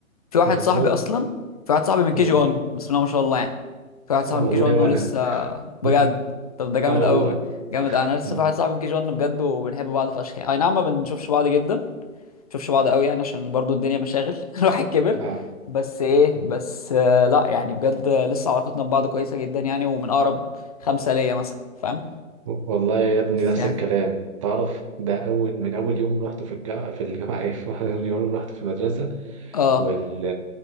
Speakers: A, on the left; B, on the right.
A: في
B: بالظبط
A: واحد صاحبي اصلا في واحد صاحبي من
B: دول
A: كي جي 1 بسم الله ما شاء الله يعني في واحد صاحبي
B: أي والله
A: من كي جي 1
B: وانا
A: ولسه
B: <laughs>
A: بجد طب ده جامد
B: اه
A: قوي
B: والله
A: جامد انا لسه
B: مم.
A: في واحد صاحبي من كي جي 1 بجد وبنحب بعض فشخ يعني اي نعم ما بنشوفش بعض جدا ما بنشوفش بعض قوي يعني عشان برضو الدنيا مشاغل <laughs> الواحد كبر
B: اه
A: بس ايه
B: مم.
A: بس آه، لا يعني بجد آه، لسه علاقتنا ببعض كويسة جدا يعني ومن اقرب خمسة ليا مثلا فاهم
B: والله يا ابني
A: بس
B: نفس
A: يعني
B: الكلام تعرف ده اول من اول يوم رحت في الجامعه في الجامعه ايه <laughs> من اول يوم رحت في المدرسه
A: اه
B: وال...